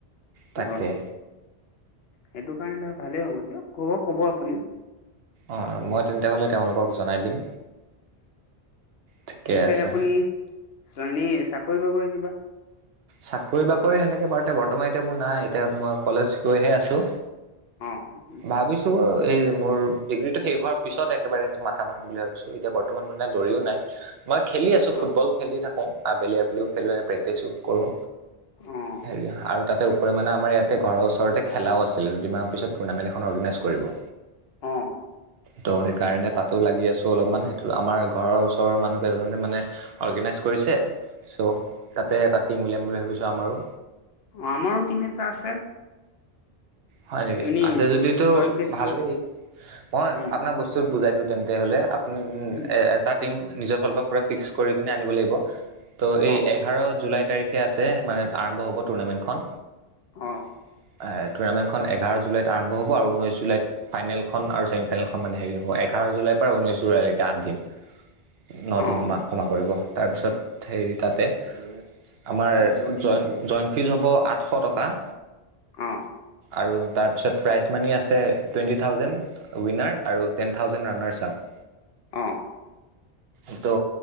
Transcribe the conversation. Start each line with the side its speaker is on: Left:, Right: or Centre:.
Right: তাকে।
Left: ধৰ সেইটো কাৰণে ধৰ ভালেই হ'ব দিয়ক ক'ব ক'ব আপুনি।
Right: অ' মই তেন্তে হ'লে তেওঁলোকক জনাই দিম। ঠিকে
Left: পিছে
Right: আছে
Left: আপুনি এনেই চাকৰি বাকৰি কিবা
Right: চাকৰি বাকৰি হেনেকে বাৰু এতিয়া বৰ্তমান এতিয়া মোৰ নাই এতিয়া মই কলেজ গৈহে আছোঁ,
Left: অ
Right: ভাবিছোঁ টো এই মোৰ ডিগ্ৰীটো শেষ হোৱাৰ পিছত একেবাৰে সেইটো মাথা মাৰিম বুলি ভাবিছো এতিয়া বৰ্তমান মানে দৰিও নাই। মই খেলি আছোঁ
Left: অ
Right: ফুটবল খেলি থাকো আবেলি আবেলিও খেলোঁ প্ৰেক্টিছো কৰোঁ,
Left: অ
Right: হেৰি আৰু তাতে পৰি মানে আমাৰ ইয়াতে ঘৰৰ ওচৰতে খেলাও আছিলে দুদিনমান পিছত টুৰ্ণামেণ্ট এখন অৰগেনাইজ কৰিব।
Left: অ'।
Right: ত' সেইকাৰণে তাতো লাগি আছো অলপমান সেইটো আমাৰ ঘৰৰ ওচৰৰ মানুহকেইজনে মানে অৰ্গেনাইজ কৰিছে ছ' তাতে এটা টিম উলিয়াম বুলি ভাবিছোঁ আমাৰো।
Left: অ' আমাৰো টিম এটা আছে।
Right: হয় নেকি,
Left: এনেই
Right: আছে যদিতো
Left: জইণ্ট ফিচ
Right: ভালেই
Left: কিমান
Right: মই
Left: উম
Right: আপোনাক বস্তু বুজাই দি, তেন্তে হলে আপুনি
Left: উম
Right: এটা টিম
Left: উম
Right: নিজৰ ফালৰ পৰা পুৰা ফিক্স কৰি কিনে আনিব লাগিব, ত' এই
Left: অ
Right: এঘাৰ জুলাইত তাৰিখে আছে মানে আৰম্ভ হব টুৰ্ণামেণ্টখন।
Left: অ'।
Right: এ টুৰ্ণামেণ্টখন এঘাৰ জুলাইত আৰম্ভ হব আৰু ঊনৈশ জুলাইত ফাইনেলখন আৰু ছেমি ফাইনেলখন মানে হেৰি হব এঘাৰ জুলাই পৰা ঊনৈশ জুলাইলৈকে আঠ দিন। ন
Left: অ
Right: দিন মাহ ক্ষমা কৰিব তাৰপিছত হেৰি তাতে, আমাৰ জই জইন ফীজ হ'ব আঠশ টকা।
Left: অ'।
Right: আৰু তাৰপিছত প্ৰাইজ মানে আছে টুৱেণ্টি থাউজেণ্ড। উইনাৰ আৰু টেন থাউজেণ্ড ৰানাৰ্চ আপ।
Left: অহ।
Right: এইটো